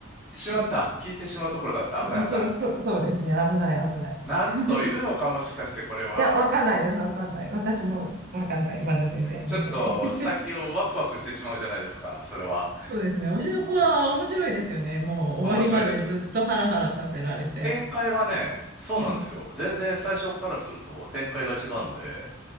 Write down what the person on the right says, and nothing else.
うん
そう、
そう、そうですね。危ない、危ない。
<laughs> いや、わかんないです、わかんない。私もわかんない。まだ全然見てない。
<laughs>
そうですね。推しの子は面白いですよね。もう終わりまでずっとハラハラさせられて。
うん。